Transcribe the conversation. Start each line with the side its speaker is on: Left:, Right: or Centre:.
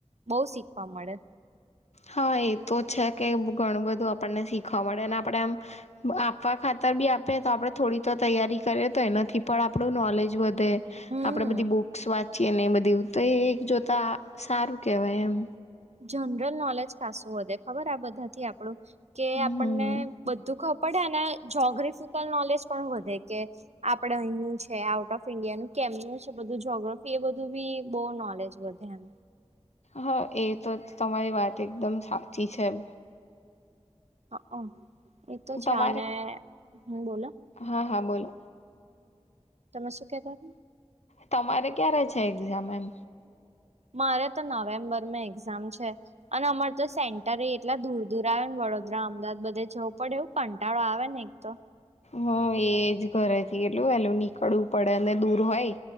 Right: બઉ શીખવા મળે.
Left: હા એ તો છે કે ઘણું બધું આપણને શીખવા મળે અમને આપણે આમ. આપવા ખાતર બી આપે તો આપણે થોડી તો તૈયારી કરીએ તો એનાથી પણ આપણું નોલેજ વધે. તે
Right: હમ
Left: આપણેે બધી બુક્સ વાંચીએ ને એ બધી તો એ એક જોતા સારું કેહેવાય એમ.
Right: જનરલ નોલેજ ખાસું વધે ખબર આ બધાથી આપણું. કે
Left: હમ
Right: આપણને બધું ખબ પડે અને જ્યોગ્રાફિકલ નોલેજ પણ વધે કે. આપડે અહીનું છે આઉટ ઓફ ઇન્ડિયાનું કેમનું છે બધું જોગ્રાફી એ બધું બી બહુ નોલેજ. વધ્યા.
Left: હા એ તો તમારી વાત એકદમ સાચી છે.
Right: હ એ તો છે
Left: તમારે
Right: અને હ બોલો.
Left: હા હા બોલો
Right: તમેસ્ કતા હતા.
Left: તમારે ક્યારે છે એક્ઝામ એમ.
Right: મારે તો નવેમ્બર માં એક્ઝામ છે. અને અમારે તો સેન્ટર એટલા દૂર દૂર આવે ને વડોદરા અમદાવાદ બધે જવું પડે એવું. કંટાળો આવે ને એક તો.
Left: હા એજ ઘરેથી એટલું વેલું નીકળવું પડે ને દૂર હોય.